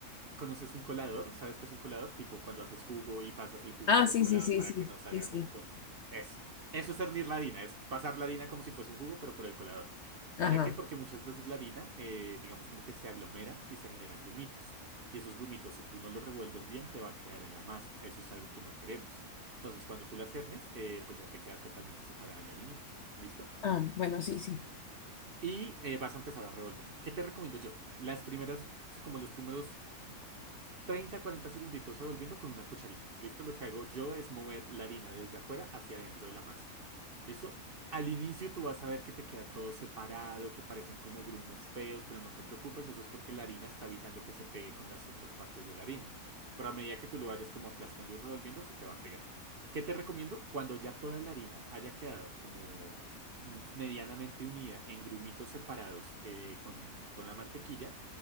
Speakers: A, on the right (about 40°); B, on the left (about 65°).
A: ¿Conoces un colador? ¿Sabes qué es un colador? Tipo cuando haces jugo y pasas el jugo
B: Ah,
A: por
B: sí,
A: un colador
B: sí, sí,
A: para
B: sí.
A: que no salga
B: Sí, sí.
A: como con eso. Eso es hervir la harina, es pasar la harina como si fuese un jugo, pero por el colador.
B: Ajá.
A: ¿Para qué? Porque muchas veces la harina, eh, digamos como que se aglomera y se generan grumitos. Y esos grumitos, si tú no los revuelves bien, te va a quedar en la masa. Eso es algo que no queremos. Entonces, cuando tú la cernes, eh, pues ya te queda totalmente separada la harinita. ¿Listo?
B: Ah, bueno, sí, sí.
A: y eh, vas a empezar a revolver. ¿Qué te recomiendo yo? Las primeras, sí, como los primeros 30 40 segunditos revolviendo con una cucharita. ¿Listo? Lo que hago yo es mover la harina desde afuera hacia adentro de la masa. ¿Listo? Al inicio tú vas a ver que te queda todo separado, que parecen como grumos feos, pero no te preocupes, eso es porque la harina está evitando que se pegue con las otras partes de la harina. Pero a medida que tú lo vayas como aplastando y revolviendo, se te va a pegar. ¿Qué te recomiendo? Cuando ya toda la harina haya quedado como mm, medianamente unida en grumitos separados eh, con, con la mantequilla,